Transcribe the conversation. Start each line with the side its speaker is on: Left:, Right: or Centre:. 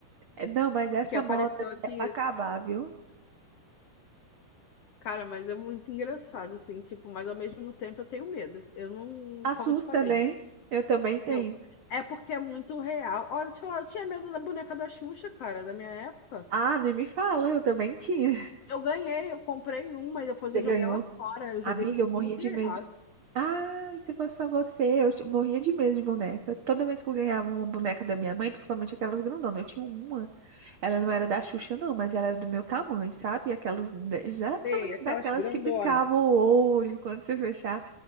Right: É, Não, mas essa
Left: que apareceu
Right: moda aí
Left: aqui.
Right: é pra acabar, viu?
Left: Cara, mas é muito engraçado, assim, tipo, mas ao mesmo tempo eu tenho medo. Eu não,
Right: Assusta,
Left: como eu te falei,
Right: né? Eu também tenho.
Left: eu, é porque é muito real. Olha, te falar, eu tinha medo da boneca da Xuxa, cara, da minha época.
Right: Ah, nem me fala, eu também tinha.
Left: Eu ganhei, eu comprei uma e depois
Right: Você
Left: eu
Right: ganhou?
Left: joguei ela fora. Eu joguei
Right: Amiga,
Left: em cima
Right: eu morria
Left: do terraço.
Right: de medo. de- Ah, se fosse só você, eu ti- morria de medo de boneca. Toda vez que eu ganhava uma boneca da minha mãe, principalmente aquelas grandonas, eu tinha uma. Ela não era da Xuxa, não, mas ela era do meu tamanho, sabe? Aquelas, da- exatamente
Left: Sei, aquelas
Right: daquelas
Left: grandona.
Right: que piscavam o olho quando você fechava,